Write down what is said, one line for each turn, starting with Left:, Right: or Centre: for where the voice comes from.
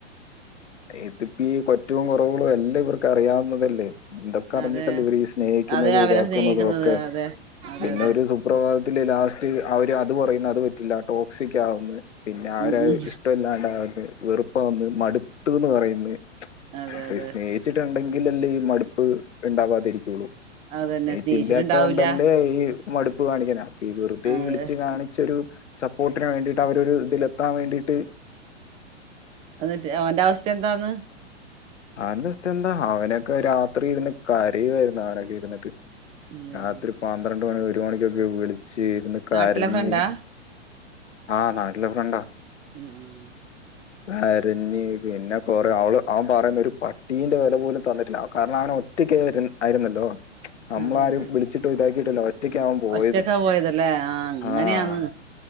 Left: ഇതിപ്പി കൊ റ്റവും കുറവുകളും എല്ലാം ഇവർക്ക് അറിയാവുന്നതല്ലേ. ഇതൊക്കെ അറിഞ്ഞിട്ടല്ലേ
Right: അതെ
Left: ഇവര് ഈ സ്നേഹിക്കുന്നതും
Right: അതെ അവരെ
Left: ഇതാക്കുന്നതും
Right: സ്നേഹിക്കുന്നത്
Left: ഒക്കെ
Right: അതെ അതെ
Left: പിന്നെ
Right: അതെ
Left: ഒരു സു പ്രഭാതത്തില് ലാസ്റ്റ് അവര് അത് പറയുന്ന് അത് പറ്റില്ല ടോക്സിക് ആവുന്ന് പിന്നെ അവരത്
Right: ഉം ഉം
Left: ഇഷ്ടമല്ലാണ്ടാവ്ന്ന് വെറുപ്പാവ്ന്ന് മടുത്തൂന്ന് പറയുന്ന്
Right: അതെ
Left: ഇപ്പൊ
Right: അതെ
Left: ഈ സ്നേഹിച്ചിട്ടുണ്ടെങ്കിലല്ലേ ഈ മടുപ്പ് ഉണ്ടാവാതിരിക്കൊള്ളൂ
Right: അതന്നെ
Left: സ്നേഹിച്ചില്ലാത്ത
Right: സ്നേഹിച്ചിട്ടുണ്ടാവൂല
Left: കൊണ്ടല്ലേ ഈ മടുപ്പ് കാണിക്ക്ന്നെ അപ്പൊ ഈ വെറുതെ
Right: അതെ
Left: ഇളിച്ച് കാണിച്ചൊരു സപ്പോർ ട്ടിന് വേണ്ടിട്ട് അവര് ഒരു ഇതിലെത്താൻ വേണ്ടീട്ട്
Right: എന്നിട്ട് അവന്റെ അവസ്ഥ എന്താന്ന്
Left: അവന്റെ അസ്ഥ എന്താ അവനൊക്കെ രാത്രി ഇരുന്ന് കരയുവായിരുന്നു അവനൊക്കെ ഇരുന്നിട്ട്
Right: ഇല്ലയോ
Left: രാത്രി പന്ത്രണ്ട് മണി ഒരു മണിക്കൊക്കെ വിളിച്ച് ഇരുന്ന് കരഞ്ഞ്
Right: നാട്ടിലെ ഫ്രണ്ടാ
Left: ആഹ് നാട്ടിലെ ഫ്രണ്ടാ
Right: ഉഹും
Left: കരഞ്ഞ് പിന്നെ കൊറേ അവള് അവൻ പറയുന്നു ഒരു പട്ടീന്റെ വില പോലും തന്നിട്ടില്ല കാരണം അവന് ഒറ്റക്ക് ആയിര് ആയിരുന്നല്ലോ നമ്മളാരും
Right: അതെ അതെ
Left: വിളി ച്ചിട്ടും ഇതാക്കിയിട്ടുല്ലാ ഒറ്റക്കാ അവൻ പോയതും
Right: ഒറ്റക്കാ പോയതല്ലേ ആഹ് അങ്ങനെയാന്ന്
Left: ആഹ്